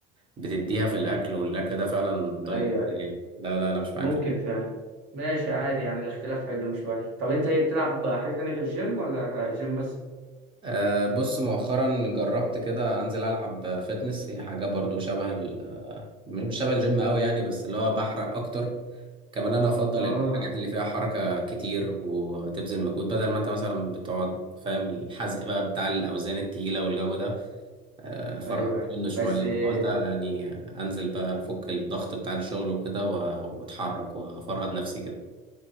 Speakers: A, on the right; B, on the right.
A: بتديها في الاكل والاكل ده فعلا ضار
B: ايوه
A: جدا
B: ايوه
A: يعني. لا لا انا مش معاك
B: ممكن فعلا ماشي عادي يعني الاختلاف حلو مش وحش طب انت ايه بتلعب حاجه تانية غير الجيم ولا جيم بس
A: أه بص مؤخرا جربت كده انزل العب فتنس هي حاجه برضو شبه ال- آه، مش شبه الجيم قوي يعني بس اللي هو بحرق اكتر كمان انا افضل
B: اه
A: الحاجات اللي فيها حركه كتير وتبذل مجهود بدل ما انت مثلا بتقعد فاهم الحزق بقى بتاع الاوزان التقيله والجو ده آه، فرحت
B: ايوه ايوه
A: منه شوية
B: بس آه،
A: حاولت يعني أنزل بقى أفك الضغط بتاع الشغل وكده و- وأتحرك وأفرهد نفسي كده